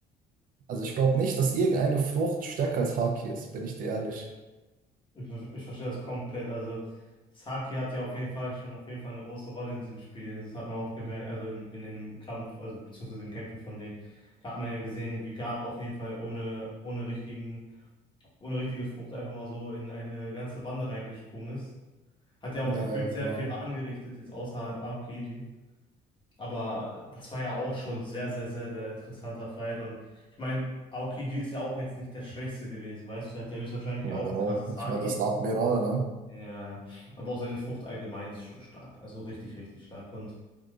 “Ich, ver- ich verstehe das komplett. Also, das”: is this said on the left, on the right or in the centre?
Left